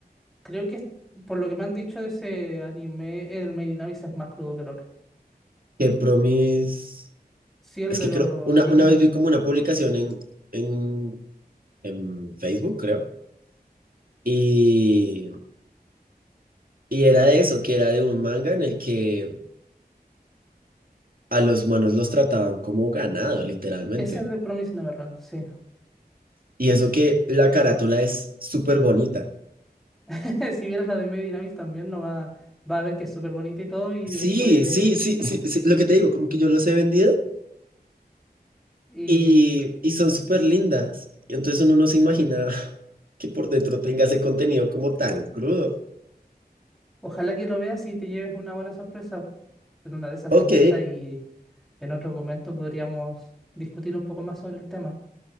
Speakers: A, in the centre; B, on the right.
A: creo que es- por lo que me han dicho de ese anime, el maid in Abyss es más crudo que el otro.
B: Que Promis.
A: Sí, el
B: Es
A: de
B: que
A: los
B: creo. Una,
A: niños.
B: una vez vi como una publicación en, en, en Facebook, creo. Y, y era de eso, que era de un manga en el que a los humanos los trataban como ganado, literalmente.
A: Ese es de Promise Neverland, sí.
B: Y eso que la carátula es súper bonita.
A: <laughs> Si vieras la de maid in Abyss también, no va, va a ver que es súper bonita y todo, y
B: Sí,
A: después.
B: sí, sí, sí, sí, lo que te digo, como que yo los he vendido
A: Y
B: Y, y son súper lindas. Y entonces uno no se imagina <laughs> que por dentro tenga ese contenido como tan crudo.
A: ojalá que lo veas y te lleves una buena sorpresa. En una de esas
B: Ok,
A: te gusta y en otro momento podríamos discutir un poco más sobre el tema.